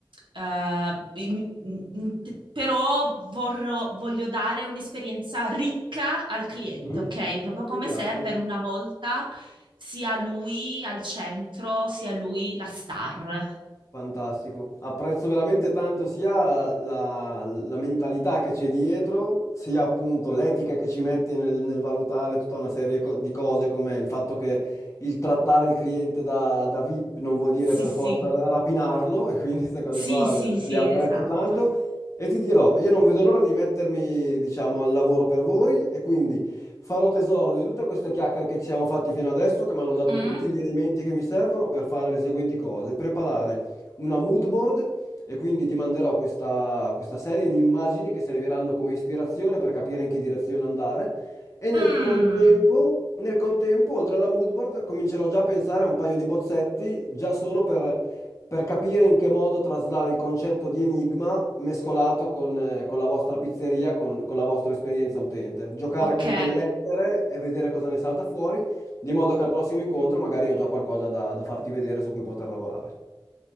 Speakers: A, on the right; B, on the left.
A: eh, in- in- però vorrò- voglio dare un'esperienza ricca al cliente,
B: mhm.
A: ok? Proprio come
B: Mi piace.
A: se per una volta sia lui al centro, sia lui la star.
B: Fantastico, apprezzo veramente tanto sia la, la mentalità che c'è dietro, sia appunto l'etica che ci metti nel, nel valutare tutta una serie co- di cose, come il fatto che il trattare il cliente da, da VIP non vuol dire
A: Sì,
B: per
A: sì,
B: forza ra- rapinarlo, e quindi queste cose
A: sì,
B: qua
A: sì,
B: le,
A: sì,
B: le apprezzo
A: esatto.
B: tanto. E ti dirò, io non vedo l'ora di mettermi, diciamo, al lavoro per voi, e quindi farò tesoro di tutte queste chiacchiere che ci siamo fatti fino adesso, che mi hanno dato
A: Mm-mm.
B: tutti gli elementi che mi servono per fare le seguenti cose, preparare una mood board e quindi ti manderò questa, questa serie di immagini che serviranno come ispirazione per capire in che direzione andare. E nel
A: Mm.
B: contempo, nel contempo, oltre alla mood board, comincerò già a pensare a un paio di bozzetti, già solo per, per capire in che modo traslare il concetto di enigma mescolato con, eh, con la vostra pizzeria, con, con la vostra esperienza utente. Giocare
A: Ok,
B: con quelle lettere e vedere cosa ne salta fuori, di modo che al prossimo incontro magari ho già qualcosa da da farti vedere su cui poter lavorare.